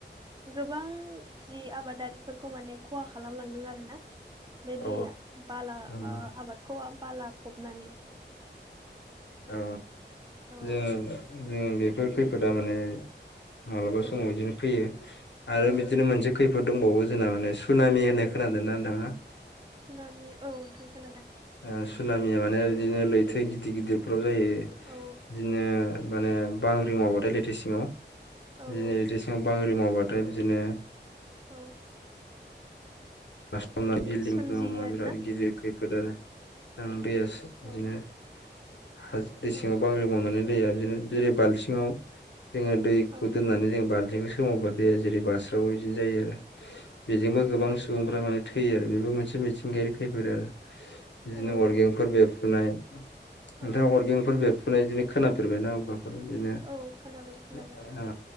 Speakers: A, on the right; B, on the left.
A: गोबां जि आबादारिफोरखौ माने खहा खालामलांदों आरोना। बे
B: औ
A: दैया बाला
B: उम
A: ओ आबादखौ बाला फबनानै।
B: ओ
A: औ
B: जोङो जों बेफोर खैफोदा माने ओ मालाबा
A: औ
B: समाव बिदिनो फैयो आरो
A: औ
B: बिदिनो मोनसे खैफोद फोर दंबावो जोंना मान सुनामि होननाय खोनादों ना नोंथाङा?
A: सुनामि औ नोंथां खोनादों।
B: ओ सुनामिया माने बिदिनो लैथो गिदिर गिदिर बेफोराव जायो। बिदिनो
A: औ
B: माने बांग्रिं मावबाथाय लैथो सिङाव। बिदिनो
A: औ औ
B: लैथो सिङाव बांग्रि मावबाथाय बिदिनो
A: औ।
B: पास्टावना
A: माने
B: बिल्डिं
A: सोमजियो
B: मा
A: आरोना
B: बिराद गिदिर खैफोद आरो आ दैया बिदिनो
A: औ
B: ह दै सिंआव
A: औ
B: बांग्रि मावनानै दैया बिदिनो जेरै बालथिङाव जोङो दैखौ
A: औ
B: दोननानै जोङ बाल्थिंखौ सोमावोबा दैया जेरै बारस्रावो बिदिनो जायो आरो। बेजोंबो
A: औ
B: गोबां सुबुंफ्रा माने थैयो आरो। बेबो मोनसे मिथिंगायारि खैफोद आरो। बिदिनो
A: औ
B: अर्गेंफोर
A: औ
B: बेरफुनाय नोंथाङा
A: औ
B: अर्गेंफोर बेरफुनाय बिदिनो खोनाफेरबाय ना होमबा? बिदिनो
A: औ खोनाबाय खोनाबाय
B: <inaudible> ओ